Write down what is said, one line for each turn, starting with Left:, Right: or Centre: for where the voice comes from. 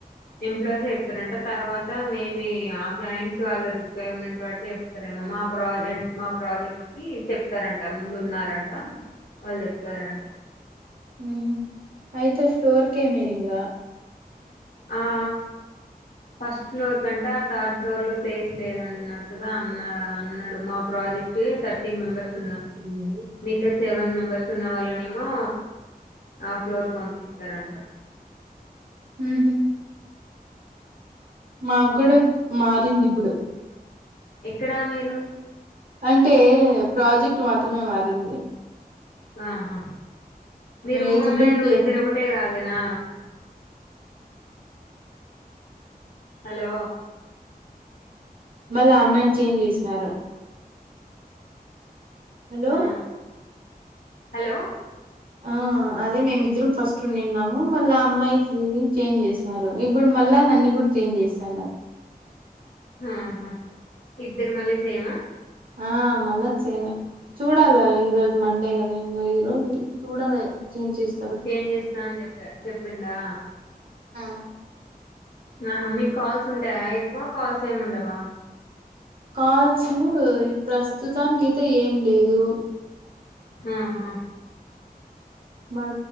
Left: ఎంప్లాయీస్ చెప్తారంట తర్వాత మేబి ఆ క్లయింట్స్ వాళ్ళ రిక్వైర్మెంట్ బట్టి చెప్తారేమో మా ప్రాజె మా ప్రాజెక్ట్ కి చెప్తారంట ముందు ఉన్నారంట వాళ్లు చెప్తారంట
Right: హమ్ హమ్ అయితే ఫ్లోర్ కెమెరియింగ్
Left: ఆ ఫస్ట్ ఫ్లోర్ కంట అ థర్డ్ ఫ్లోర్ లో ప్లేస్ లేదన్నా అన్నట్టుగ అన్నా అన్న మా ప్రజెక్ట్ తర్టీన్ మెంబెర్స్
Right: ఉమ్
Left: మిగతా సెవెన్ మెంబర్స్ ఉన్న వాళ్ళనేమో ఆ ఫ్లోర్ పంపిస్తారంట
Right: మ్మ్ హ్మ్ మాగ్గుడ మారింది ఇబుడు
Left: ఎక్కడ మీరు
Right: అంటే ప్రాజెక్ట్ మాత్రమే మారింది
Left: ఆహా మీరుూమ్మమ్మాయి
Right: ఎలిజిబిలిటీ
Left: నువ్వు ఇద్దరు
Right: అని
Left: ఒకటే కాదేనా హలో
Right: మళ్ళా అమ్మాయిని చేంజ్ చేసినారు హలో
Left: ఆ హలో
Right: ఆ అదే మేమి రు ఫస్ట్ వునిన్నాము మళ్ళా అమ్మాయికి చేంజ్ చేసనరు ఇప్పుడు మళ్ళా నన్ను కూడా చేంజ్ చేస్తున్నారు
Left: ఆహా ఇద్దరు మళ్ళీ సేమ్ ఆ
Right: ఆ మళ్ళ సేమే చూడాల ఈ రోజు మండే ఇంక ఈ రోజు చూడాల చేంజ్ చేస్త
Left: చేంజ్ చేస్తాంని చెప్పా చెప్పిండా
Right: ఆ
Left: ఆహా మీకు కాల్స్ ఉంటాయా ఎక్కువ కాల్స్ ఏం ఉండవ
Right: కాల్స్ ప్రస్తుతానికైతే ఏం లేదు
Left: ఆహా
Right: బ